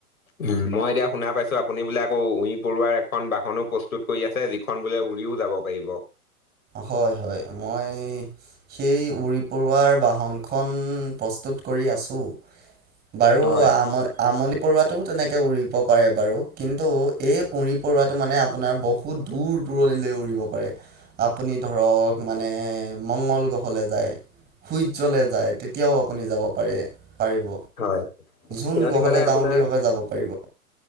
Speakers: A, on the left; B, on the right.
A: উম, মই এতিয়া শুনা পাইছো আপুনি বোলে আকৌ উই- পৰুৱাৰ এখন বাহনো প্ৰস্তুত কৰি আছে, যিখন বোলে উৰিও যাব পাৰিব।
B: হয়, হয় মই সেই উৰি পৰুৱাৰ বাহনখন প্ৰস্তু- কৰি আছো
A: <unintelligible>
B: বাৰু
A: হয়
B: আমল আমলি পৰুৱাতটোও তেনেকে উৰিব- পাৰে বাৰু। কিন্তু এই উৰি পৰুৱাটো মানে আপোনাৰ বহুত দূৰ দূৰণিলৈ উৰিব পাৰে। আপুনি ধৰক মানে মংগল গ্ৰহ- ক'লে যায় সূৰ্যলে যায় তেতিয়াও আপুনি যাব পাৰে পাৰিব।
A: হয়
B: যোন
A: সিহঁতি
B: গ্ৰহলে
A: মানে
B: যাওঁ
A: আপোনাৰ
B: বুলি ভাবে যাব পাৰিব।